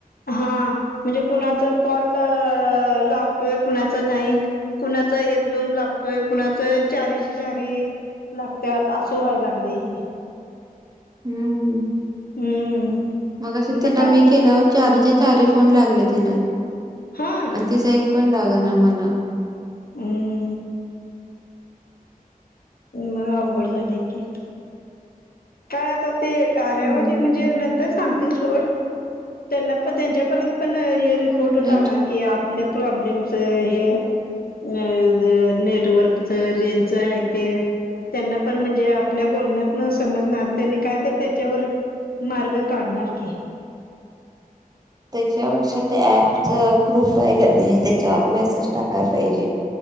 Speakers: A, on the left (about 80°); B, on the right (about 25°).
A: हा म्हणजे, कुणाचा कॉल लागतोय. कुणाच नाही कुणाच एक दोन लागतोय. कुणाचं चारीचे चारी लागत्यात असं व्हाय लागलंय हे.
B: हम्म
A: हम्म
B: मगाशी
A: आता
B: तिला
A: काय
B: मी केल्यावर, चारीच्या चारी फोन लागले तिला
A: हा
B: तिचा एक पण लागणा मला
A: हूं हूं मग अवघड झालयं की, काय आता ते कार्यावाली
B: हम्म.
A: म्हणजे, नंतर सांगतील सोड. त्यांना पण, त्यांच्यापर्यंत पण हे रिपोर्ट
B: कंप्लेंट
A: जाणार की, आपले प्रॉब्लेमस हे अ नेटवर्कच, रेंजच हाय ते त्यांना पण म्हणजे, आपल्या बोलण्यातनं समजणार त्यांनी काय तर त्याच्यावर मार्ग काढणार की,
B: त्याच्यापेक्षा ते ऍपच ग्रुप हाय कनय त्याच्यावर मेसेज टाकाय पाहिजे.